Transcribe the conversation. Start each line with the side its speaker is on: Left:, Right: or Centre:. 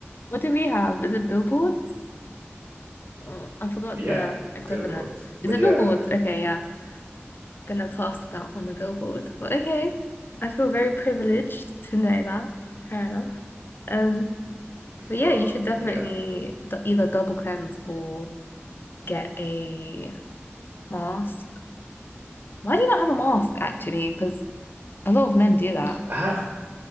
Left: What do we have? Is it billboards? Oh, I forgot
Right: Yeah,
Left: the equivalent.
Right: billboards.
Left: Is
Right: But
Left: it
Right: yeah,
Left: billboards? Okay, yeah. Gonna plaster that on a billboard. But okay. I feel very privileged to know that. Fair enough. Um, but yeah,
Right: well,
Left: you should definitely
Right: yeah.
Left: d- either double cleanse or get a mask. Why do you not have a mask actually? Because a lot of men do that.
Right: I have